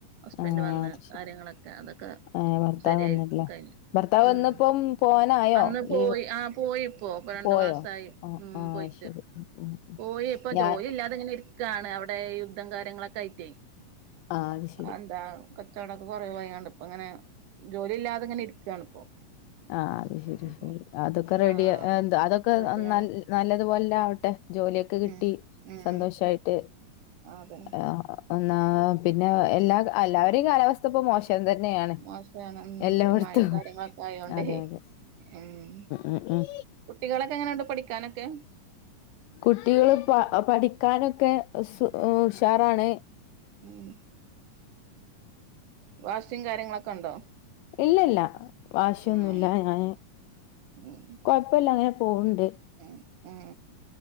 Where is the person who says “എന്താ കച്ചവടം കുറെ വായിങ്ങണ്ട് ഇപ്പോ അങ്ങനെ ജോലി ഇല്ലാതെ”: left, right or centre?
Right